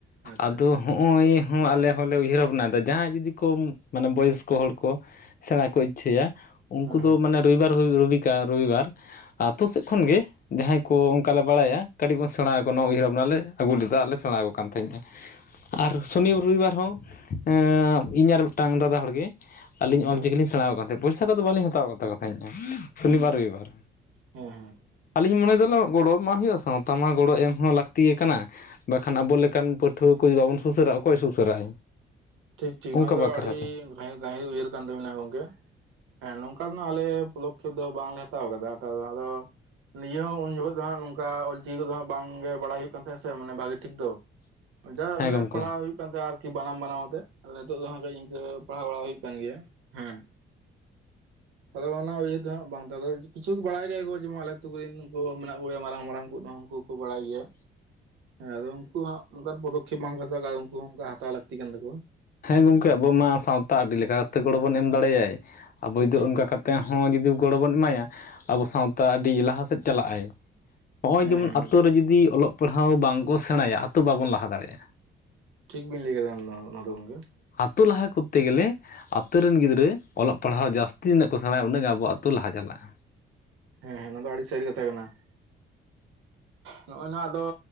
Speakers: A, on the right; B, on the left.
A: ᱟᱪᱪᱷᱟ
B: ᱟᱫᱚ
A: ᱟᱪᱪᱷᱟ
B: ᱦᱚᱸᱜ ᱚᱸᱭ ᱦᱚᱸ ᱟᱞᱮ ᱦᱚᱞᱮ ᱩᱭᱦᱟᱹᱨ ᱵᱷᱟᱵᱽᱱᱟ ᱮᱫᱟ ᱡᱟᱦᱟᱸᱭ ᱡᱩᱫᱤ ᱠᱚ ᱢᱟᱱᱮ ᱵᱚᱭᱚᱥ ᱠᱚ ᱦᱚᱲ ᱠᱚ ᱥᱮᱬᱟ ᱠᱚᱭ ᱤᱪᱷᱟᱹᱭᱟ ᱩᱸᱠᱩ
A: ᱦᱮᱸ
B: ᱫᱚ
A: ᱦᱮᱸ
B: ᱢᱟᱱᱮ ᱨᱩᱭᱵᱟᱨ ᱨᱩ ᱨᱚᱵᱤᱠᱟ ᱨᱚᱵᱤᱵᱟᱨ ᱟᱹᱛᱩ ᱥᱮᱜ ᱠᱷᱚᱱ ᱜᱮ ᱡᱟᱦᱟᱸᱭ ᱠᱚ ᱚᱸᱠᱟ ᱞᱮ ᱵᱟᱲᱟᱭᱟ ᱠᱟᱹᱴᱤᱡ ᱵᱚᱱ ᱥᱮᱬᱟ ᱟᱠᱚ ᱱᱚᱣᱟ ᱩᱭᱦᱟᱹᱨ ᱵᱟᱵᱽᱱᱟ ᱞᱮ ᱟᱹᱜᱩ ᱞᱮᱫᱟ, ᱟᱨ ᱞᱮ ᱥᱮᱬᱟ ᱟᱠᱚ ᱠᱟᱱ ᱛᱟᱦᱮᱸᱡᱼᱟ᱾ ᱟᱨ ᱥᱚᱱᱤ ᱣᱚ ᱨᱩᱭᱵᱟᱨ ᱦᱚᱸ, ᱮᱸ ᱤᱧ ᱟᱨ ᱢᱮᱫᱴᱟᱝ ᱫᱟᱫᱟ ᱦᱚᱲ ᱜᱮ, ᱟᱹᱞᱤᱧ
A: ᱦᱮᱸ
B: ᱚᱞ ᱪᱤᱠᱤ ᱞᱤᱧ ᱥᱮᱬᱟ ᱟᱠᱚ ᱠᱟᱱ ᱛᱟᱦᱮᱸ, ᱯᱩᱭᱥᱟᱹ ᱠᱚᱫᱚ ᱵᱟᱹᱞᱤᱧ ᱦᱟᱛᱟᱣ ᱟᱠᱟᱫ ᱛᱟᱠᱚ ᱛᱟᱦᱮᱸᱡᱼᱟ, ᱥᱚᱱᱤᱵᱟᱨ ᱨᱚᱵᱤᱵᱟᱨ᱾
A: ᱦᱩᱸ ᱦᱩᱸ,
B: ᱟᱹᱞᱤᱧ ᱢᱚᱱᱮ ᱫᱚ ᱞᱚ ᱜᱚᱲᱚ ᱢᱟ ᱦᱩᱭᱩᱜᱼᱟ, ᱥᱟᱶᱛᱟ ᱢᱟ ᱜᱚᱲᱚ ᱮᱢ ᱦᱚᱸ ᱞᱟᱹᱠᱛᱤ ᱜᱮ ᱠᱟᱱᱟ᱾ ᱵᱟᱠᱷᱟᱱ ᱟᱵᱚ ᱞᱮᱠᱟᱱ ᱯᱟᱹᱴᱷᱣᱟᱹ ᱠᱚ ᱡᱩᱫᱤ ᱵᱚᱵᱚᱱ ᱥᱩᱥᱟᱨᱟ, ᱚᱠᱚᱭ ᱥᱩᱥᱟᱹᱨᱟᱭ᱾
A: ᱴᱷᱤᱠ ᱴᱷᱤᱠ
B: ᱚᱱᱠᱟ
A: ᱱᱚᱣᱟ
B: ᱵᱟᱠᱷᱨᱟ
A: ᱫᱚ ᱟᱹᱰᱤ
B: ᱛᱮ
A: ᱜᱟᱺᱦᱤᱸ ᱜᱟᱹᱦᱤᱨ ᱩᱭᱦᱟᱹᱨ ᱠᱟᱱ ᱛᱟᱹᱵᱤᱱᱟ ᱜᱚᱝᱠᱮ᱾ ᱦᱮᱸ ᱱᱚᱝᱠᱟ ᱨᱮᱱᱟᱜ ᱟᱞᱮ ᱯᱷᱚᱞᱚᱠ ᱨᱮᱫᱚ ᱵᱟᱝ ᱞᱮ ᱦᱟᱛᱟᱣ ᱟᱠᱟᱫᱟ ᱦᱟᱛᱟᱣ ᱫᱚ ᱟᱫᱚ ᱞᱤᱭᱳᱝ ᱩᱱ ᱡᱚᱠᱷᱚᱡ ᱫᱚ ᱦᱟᱸᱜ ᱱᱚᱝᱠᱟ ᱚᱞ ᱪᱤᱠᱤ ᱠᱚᱫᱚ ᱦᱟᱸᱜ ᱵᱟᱝ ᱜᱮ ᱵᱟᱲᱟᱭ ᱦᱩᱭᱩᱜ ᱠᱟᱱ ᱛᱟᱦᱮᱸᱫ ᱥᱮ ᱢᱟᱱᱮ ᱵᱷᱟᱹᱜᱤ ᱴᱷᱤᱠ ᱫᱚ,
B: <inaudible>
A: ᱡᱟ ᱟ ᱢᱟᱱᱮ
B: ᱜᱚᱢᱠᱮ
A: ᱯᱟᱲᱦᱟᱣ ᱦᱩᱭᱩᱜ ᱠᱟᱱ ᱛᱟᱸᱦᱮᱜ ᱟᱨᱠᱤ ᱵᱟᱱᱟᱢ ᱵᱟᱱᱟᱢ ᱟᱛᱮ, ᱟᱫᱚ ᱱᱤᱛᱚᱜ ᱫᱚ ᱦᱟᱸᱜ ᱠᱟᱹᱡ ᱤᱸᱠᱟᱹ ᱯᱟᱲᱦᱟᱣ ᱵᱟᱲᱟ ᱦᱩᱭᱩᱜ ᱠᱟᱱ ᱜᱮᱭᱟ, ᱦᱮᱸ᱾ ᱟᱫᱚ ᱚᱱᱟ ᱩᱭᱦᱟᱹᱨ ᱫᱚ ᱦᱟᱸᱜ ᱵᱟᱝ ᱛᱟᱦᱮᱸ ᱫᱚ ᱠᱤᱪᱷᱩᱠ ᱵᱟᱲᱟᱭ ᱜᱮᱭᱟ ᱠᱚ ᱡᱮᱢᱚᱱ ᱟᱞᱮ ᱟᱹᱛᱩ ᱠᱚᱨᱤᱱ ᱩᱱᱠᱩ ᱢᱮᱱᱟᱜ ᱠᱚᱜᱮᱭᱟ ᱢᱟᱨᱟᱝ ᱢᱟᱨᱟᱝ ᱩᱱ ᱠᱩᱫ ᱦᱚᱸ ᱩᱱᱠᱩ ᱠᱚ ᱵᱟᱲᱟᱭ ᱜᱮᱭᱟ᱾
B: <inaudible>
A: ᱦᱮᱸ ᱟᱫᱚ ᱩᱱᱠᱩ ᱦᱟᱸᱜ ᱚᱱᱠᱟᱱ ᱯᱚᱫᱚᱠᱷᱮᱯ ᱵᱟᱝ ᱠᱚ ᱦᱟᱛᱟᱣ ᱠᱟᱫᱟ ᱩᱱᱠᱩ ᱦᱚᱸ ᱚᱱᱠᱟ ᱦᱟᱛᱟᱣ ᱞᱟᱹᱠᱛᱤ ᱠᱟᱱ ᱛᱟᱠᱚᱣᱟ ᱾
B: ᱦᱮᱸ ᱜᱚᱢᱠᱮ ᱟᱵᱚ ᱢᱟ ᱥᱟᱶᱛᱟ ᱟᱹᱰᱤ ᱞᱮᱠᱟ ᱠᱟᱛᱮ ᱜᱚᱲᱚ ᱵᱚᱱ ᱮᱢ ᱫᱟᱲᱮᱭᱟᱭ ᱟᱵᱚ
A: ᱴᱷᱤᱠ
B: ᱡᱩᱫᱤ
A: ᱴᱷᱤᱠ
B: ᱚᱱᱠᱟ ᱠᱟ ᱛᱮᱦᱚᱸ ᱡᱩᱫᱤ ᱜᱚᱲᱚ ᱵᱚᱱ ᱮᱢᱟᱭᱟ ᱾ ᱟᱵᱚ ᱥᱟᱶᱛᱟ ᱟᱹᱰᱤ ᱞᱟᱦᱟ ᱥᱮᱫ ᱪᱟᱞᱟᱜᱼᱟᱭ ᱾ ᱦᱚᱜᱼᱚᱭ
A: ᱦᱮᱸ
B: ᱡᱮᱢᱚᱱ
A: ᱦᱮᱸ
B: ᱟᱛᱳ ᱨᱮ ᱡᱩᱫᱤ ᱚᱞᱚᱜ ᱯᱟᱲᱦᱟᱣ ᱵᱟᱝ ᱠᱚ ᱥᱮᱬᱟᱭᱟ ᱟᱛᱳ ᱵᱟᱵᱚᱱ ᱞᱟᱦᱟ ᱫᱟᱲᱮᱜᱼᱟ ᱾
A: ᱴᱷᱤᱠ ᱵᱤᱱ ᱞᱟᱹᱭ ᱠᱟᱫᱟ ᱚᱱᱟ ᱫᱚ ᱜᱚᱢᱠᱮ ᱾
B: ᱟᱛᱳ ᱞᱟᱦᱟ ᱠᱚᱛᱛᱮ ᱜᱮᱞᱮ ᱟᱛᱳ ᱨᱮᱱ ᱜᱤᱫᱽᱨᱟᱹ ᱚᱞᱚᱜ ᱯᱟᱲᱦᱟᱣ ᱡᱟᱥᱛᱤ ᱛᱤᱱᱟᱹᱜ ᱠᱚ ᱥᱮᱬᱟᱸᱭᱟ ᱩᱱᱟᱹᱜ ᱜᱮ ᱟᱵᱚ ᱟᱹᱛᱩ ᱞᱟᱦᱟ ᱪᱟᱞᱟᱜᱼᱟ ᱾
A: ᱦᱮᱸ ᱦᱮᱸ ᱚᱱᱟ ᱫᱚ ᱟᱹᱰᱤ ᱥᱟᱹᱨᱤ ᱠᱟᱛᱷᱟ ᱠᱟᱱᱟ ᱾
B: <unintelligible>
A: ᱱᱚᱜᱼᱚᱭ ᱱᱟᱭᱟ ᱟᱫᱚ